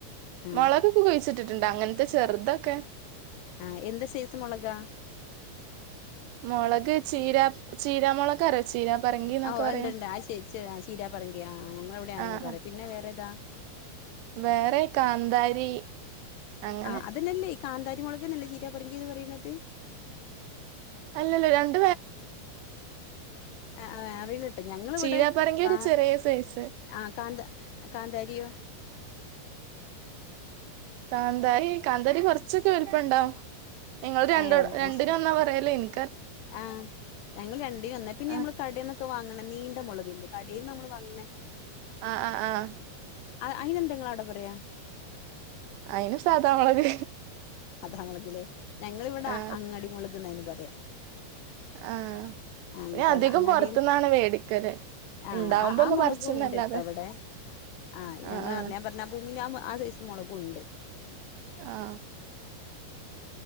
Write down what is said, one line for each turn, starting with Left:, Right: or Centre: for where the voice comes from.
Left: ആഹ്
Right: മളകൊക്കെ കഴിച്ചിട്ടുണ്ട് ണ്ട അങ്ങനത്തെ ചെറുതൊക്കെ
Left: ആഹ എന്ത സീസ മുളക
Right: മുളക് ചീര ചീരാ മൊളകറിയോ ചീരാ പറങ്കിന്നൊക്കെ
Left: ഓ ഉണ്ട്
Right: പറയും
Left: ഉണ്ട് ആ ച ചീരാ പറങ്കിയ ആ ഞങ്ങ എവിടെന്നെ
Right: ആഹ്
Left: പറ പിന്നെ വേറെേതാ
Right: വേറെ കാന്താരി അങ്ങനെ
Left: ആഹ് അതന്നെല്ലേ കാന്താരിമോളൊക്കെ നല്ല ചീര പറങ്കിത് പറയണത്
Right: അല്ലല്ലോ രണ്ട്
Left: ആ അറിയിലട്ടെ ഞങ്ങിവിടെ
Right: ചീരാപ്പറങ്കി
Left: കാ
Right: ഒരു ചെറിയ സൈസ്
Left: ആ കാന്ത കാന്താരിയോ
Right: കാന്താരി കാന്താരി കുറച്ചൊക്കെ വലിപ്പം ഉണ്ടാവും നിങ്ങൾ രണ്ട
Left: ഏഹ് അത്
Right: രണ്ടിിന
Left: ശരി
Right: ഒന്നാ പറയല് എനി
Left: ആഹ് ഞങ്ങൾ രണ്ടിനോന്ന പിന്നെ
Right: ആ
Left: ഞമ്മള് കടന്നൊക്കെ വാങ്ങ ണ നീണ്ട മുളകില്ലേ കടയിന്ന് നമ്മള് വങ്ങണേ
Right: ആഹ ആഹ ആഹ
Left: അയിനെന്താ നിങ്ങൾ അവിടെ പറയാ
Right: അയിന് സാധാമൊളക്
Left: അതാ മുളകിലേ ഞങ്ങളിവിടെ
Right: ആ
Left: അങ്ങാടി മുളക്ന്നതിന് പറയാ
Right: ആ
Left: ആ
Right: പിന്നെ അധികം
Left: അങ്ങാട
Right: പൊറത്തുന്നാണ് വേടിക്കല്
Left: ആഹ
Right: ഇണ്ടാവുമ്പോ
Left: ആ
Right: ഒന്ന്
Left: മുളകും
Right: പറിച്ചുന്നല്ലാതെ
Left: ഉണ്ട് കേട്ടോ അവിടെ ആഹ് ഞങ്ങ
Right: ആ ആ
Left: അറഞാൻ പറഞ്ഞ ഭൂമിൽ ആ ദൈസം മുളകുംണ്ട്
Right: ആഹ